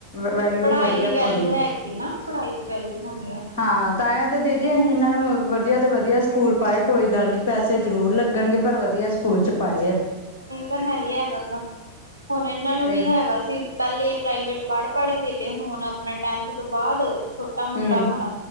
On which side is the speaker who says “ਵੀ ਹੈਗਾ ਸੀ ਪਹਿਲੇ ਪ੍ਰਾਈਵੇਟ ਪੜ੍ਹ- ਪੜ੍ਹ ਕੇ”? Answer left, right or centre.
Left